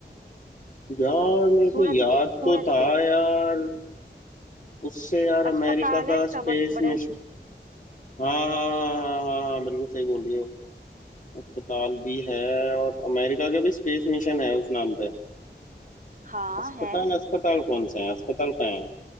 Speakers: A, on the left (about 45°); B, on the right (about 45°).
A: यार मेरे
B: सूरज
A: को याद
B: के सूरज
A: तो था
B: के
A: यार उससे यार
B: अस्पताल
A: अमेरिका का
B: है इसका
A: स्पेस
B: बहुत बड़े
A: मिशन हाँ हाँ हाँ हाँ हाँ हाँ, बिल्कुल सही बोल रही हो अस्पताल भी है और अमेरिका का भी स्पेस मिशन है उस नाम पे
B: हाँ
A: अस्पताल
B: है
A: अस्पताल कौन से हैं अस्पताल कहाँ है